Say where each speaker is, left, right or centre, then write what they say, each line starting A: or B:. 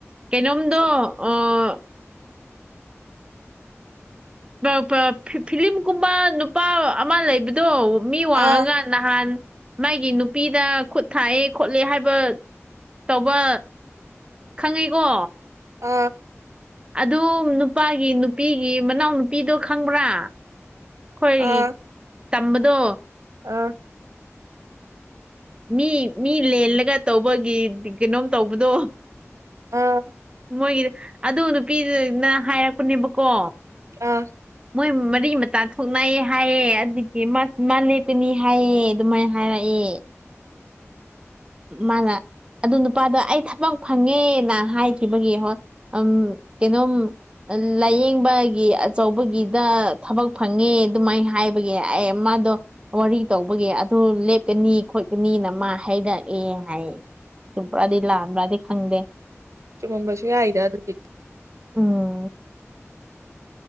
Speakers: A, on the right; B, on the right.
A: ꯀꯩꯅꯣꯝꯗꯣ
B: ꯁꯞ-
A: ꯑꯥ ꯕꯥꯞ ꯄꯥꯞ ꯐꯤ ꯐꯤꯂꯤꯝꯀꯨꯝꯃ ꯅꯨꯄꯥ ꯑꯃ ꯂꯩꯕꯗꯣ ꯃꯤ ꯋꯥꯡꯉꯒꯥ__
B: ꯑꯥ
A: ꯅꯍꯥꯟ ꯃꯥꯒꯤ ꯅꯨꯄꯤꯗ ꯈꯨꯠ ꯊꯥꯏꯌꯦ ꯈꯣꯠꯂꯦ ꯍꯥꯏꯕꯥꯠ__ ꯇꯧꯕ ꯈꯪꯉꯦꯀꯣ
B: ꯑꯥ
A: ꯑꯗꯨ ꯅꯨꯄꯥꯒꯤ ꯅꯨꯄꯤꯒꯤ ꯃꯅꯥꯎ ꯅꯨꯄꯤꯗꯣ ꯈꯪꯕ꯭ꯔꯥ ꯑꯩꯈꯣꯏꯏ
B: ꯑꯥ
A: ꯇꯝꯕꯗꯣ
B: ꯑꯥ
A: ꯃꯤ ꯃꯤ ꯂꯦꯜꯂꯒ ꯇꯧꯕꯒꯤ ꯀꯩꯅꯣꯝ ꯇꯧꯕꯗꯣ
B: ꯑꯥ
A: ꯃꯣꯏꯒꯤ ꯑꯗꯨ ꯅꯨꯄꯤꯗꯨꯅ ꯍꯥꯏꯔꯛꯄꯅꯦꯕꯀꯣ
B: ꯑꯥ
A: ꯃꯣꯏ ꯃꯔꯤ ꯃꯇꯥ ꯊꯣꯛꯅꯩ ꯍꯥꯏꯌꯦ ꯑꯗꯨꯒꯤ ꯃꯥꯁꯨ ꯃꯥ ꯂꯦꯞꯀꯅꯤ ꯍꯥꯏꯌꯦ ꯑꯗꯨꯃꯥꯏ__ ꯍꯥꯏꯔꯛꯑꯦ ꯃꯥꯅ ꯑꯗꯨ ꯅꯨꯄꯥꯗ ꯑꯩ ꯊꯕꯛ ꯐꯪꯉꯦꯅ ꯍꯥꯏꯈꯤꯕꯒꯤ ꯍꯣꯏ ꯑꯝ ꯀꯩꯅꯣꯝ__ ꯑꯂꯥꯏꯌꯦꯡꯕꯒꯤ ꯑꯆꯧꯕꯒꯤꯗ ꯊꯕꯛ ꯐꯪꯉꯦ ꯑꯗꯨꯃꯥꯏꯅ ꯍꯥꯏꯕꯒꯤ ꯑꯩ ꯃꯥꯗꯣ ꯋꯥꯔꯤ ꯇꯧꯕꯒꯤ ꯑꯗꯨ ꯂꯦꯞꯀꯅꯤ ꯈꯣꯠꯀꯅꯤꯅ ꯃꯥ ꯍꯥꯏꯔꯛ__ ꯑꯦ ꯍꯥꯏꯌꯦ ꯆꯨꯝꯄ꯭ꯔꯥꯗꯤ ꯂꯥꯟꯕ꯭ꯔꯥꯗꯤ ꯈꯪꯗꯦ
B: ꯆꯨꯝꯃꯝꯕꯁꯨ ꯌꯥꯏꯗ ꯑꯗꯨꯗꯤ
A: ꯎꯝ